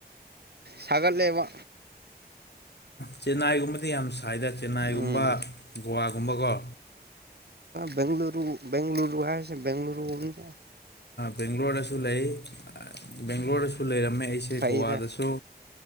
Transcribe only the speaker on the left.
ꯆꯦꯟꯅꯥꯏꯒꯨꯝꯕꯗꯤ ꯌꯥꯝ ꯁ ꯁꯥꯏꯗ ꯆꯦꯟꯅꯥꯏꯒꯨꯝꯕ
ꯒꯣꯋꯥꯒꯨꯝꯕꯀꯣ
ꯕꯦꯡꯒ꯭ꯂꯣꯔꯗꯁꯨ ꯂꯩ ꯕꯦꯡꯒ꯭ꯂꯣꯔꯗꯁꯨ ꯂꯩꯔꯝꯃꯦ ꯑꯩꯁꯦ
ꯒꯣꯋꯥꯗꯁꯨ